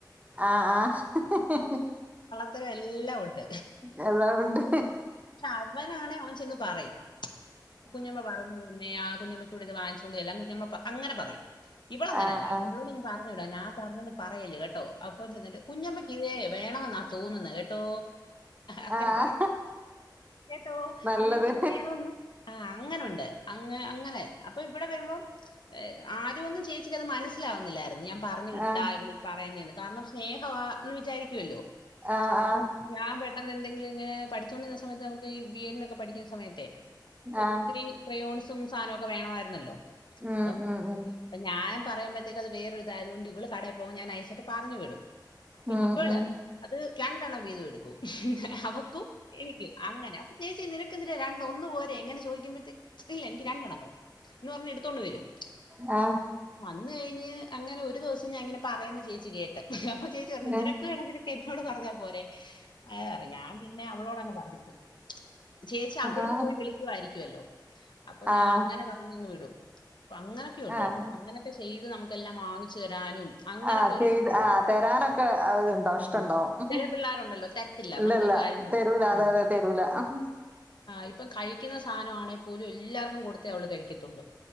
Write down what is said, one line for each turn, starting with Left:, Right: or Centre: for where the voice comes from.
Right: ആഹ്‌ ആ
Left: ത്തെര എല്ലാം ഒണ്ട്
Right: <unintelligible> വാവുണ്ട്
Left: അവനാണെ അവൻ ചെന്ന് പറയും കുഞ്ഞമ്മ പറഞ്ഞില്ലമ്മേ ആഹ് കുഞ്ഞമ്മക്കൂടെ ഇത് വാങ്ങിച്ചോണ്ട് ചെല്ലാൻ കുഞ്ഞമ്മ പ അങ്ങന പറയും ഇവളങ്ങനല്ല
Right: ആഹ് ആഹ്
Left: ഇവളോട് ഞാൻ പറഞ്ഞു വിടും ഞാൻ പറഞ്ഞന്ന് പറയല്ല് കേ ട്ടോ അപ്പം ചെന്നിട്ട് കുഞ്ഞമ്മയ്ക്കിതേ വേണവെന്നാ തോന്നുന്നെ കേട്ടോ അങ്ങനെ
Right: ആഹ്
Left: പറയും കേട്ടോ
Right: നല്ലത്
Left: കുഞ്ഞോൾക്കിത് വേണോന്ന് ആ അങ്ങനോണ്ട് അങ്ങ അങ്ങനെ അപ്പം ഇവിടെ വരുമ്പോ ഏഹ് ആദ്യം ഒന്നും ചേച്ചിക്കത് മനസ്സിലാകുന്നില്ലാ രുന്നു ഞാൻ പറഞ്ഞു വിട്ടാ
Right: ആഹ്
Left: ഇവളി പറ യുന്നെന്ന് കാരണം സ്നേഹവാ എന്ന് വിചാരിക്കുവല്ലോ
Right: ആഹ്
Left: അപ്പോ
Right: ആഹ്
Left: ഞാൻ പെ ട്ടന്നെന്തെങ്കിലും ഇങ്ങനെ പഠിച്ചോണ്ടിരുന്ന സമയത്ത് നമുക്ക് ഈ ബി എഡിന് ഒക്കെ പഠിക്കുന്ന സമയത്തേ ഒത്തിരി
Right: ആഹ്
Left: ക്രയോൺ സും സാധനോക്കെ വേണവായി രുന്നല്ലോ
Right: ഉം
Left: അപ്പം
Right: ഉം ഉം
Left: അപ്പൊ ഞാൻ പറയുമ്പത്തേക്ക് അത് വേറെ ഒരു ഇതായതുകൊണ്ട് ഇവള് കടെ പോകുമ്പോ ഞാൻ ഐസ് എന്നിട്ട് പറഞ്ഞു വിടും അപ്പം
Right: ഉം
Left: ഇവള്
Right: ഉം
Left: അത് രണ്ടെണ്ണം വീതം എടുക്കും അവക്കും എനിക്കും അങ്ങനെ അപ്പം ഞാൻ ചോദിച്ച് നിന ക്ക് എന്തിനാ രണ്ട് ഒന്നു പോരേ ഇങ്ങനെ ചോദിക്കുമ്പഴ്ത്തേ ഇല്ല എനിക്ക് രണ്ടെണ്ണം വേണം എന്ന് പറഞ്ഞ് എടുത്തോണ്ട് വരും
Right: ആ
Left: ന്ന് കഴിഞ്ഞ് അങ്ങനെ ഒരു ദിവസം ഞാനിങ്ങനെ പറയുന്നത് ചെ ച്ചി കേട്ട് അപ്പൊ ചേച്ചി പറഞ്ഞ്
Right: ആഹ്
Left: നിനക്ക് വേണേ നിനക്ക് എന്നോട് പറ ഞ്ഞാ പോരെ ആ ഞാൻ പിന്നെ അവളോട് അങ്ങ് പറഞ്ഞുവിടും ചേച്ചി അവിടുന്ന്
Right: ആഹ്
Left: പോയി വിളിക്കുവായിരി ക്കുവല്ലോ അപ്പം ഞാൻ
Right: ആഹ്
Left: അങ്ങനെ പറഞ്ഞങ്ങ് വിടും അപ്പം അങ്ങനൊക്കെയുണ്ട്
Right: ആഹ്
Left: കേട്ടോ അങ്ങനൊക്കെ ചെയ്ത് നമുക്ക് എല്ലാം വാങ്ങി ച്ച് തരാനും അങ്ങനൊക്കെ
Right: ആഹ്
Left: ഒരു
Right: ചെയ്ത്
Left: ട്ടുമുണ്ട്
Right: ആഹ് തരാനൊക്കെ ഇതുണ്ടാവും ഇഷ്ടണ്ടാവും
Left: ഉം ചെല പിള്ളാര് ഉണ്ടല്ലോ തരത്തില്ല
Right: ഇല്ലല്ല
Left: നമ്മൾ ഒരു കാര്യം ചോദിച്ചാൽ
Right: തരൂല അതെ
Left: ആ
Right: അതെ തരൂല
Left: ആ ഇപ്പം കഴിക്കുന്ന സാധനം ആണേൽ <unintelligible> എല്ലാവർക്കും കൊടുത്തേ അവള് കഴിക്കത്തുള്ളൂ